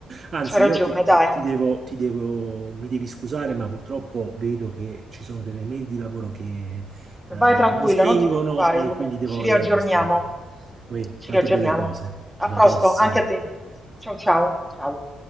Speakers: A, on the right; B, in the centre.
A: Anzi,
B: C'hai ragione,
A: io ti,
B: dai.
A: ti devo, ti devo- mi devi scusare, ma purtroppo vedo che ci sono delle mail di lavoro che eh,
B: Vai tranquilla,
A: mi spingono
B: non ti preoccupare,
A: e
B: Luca.
A: quindi devo
B: Ci riaggiorniamo.
A: andare a rispondere. Uè,
B: Ci
A: tante
B: riaggiorniamo.
A: belle cose. Alla
B: A presto,
A: prossima.
B: anche a te. Ciao ciao, ciao.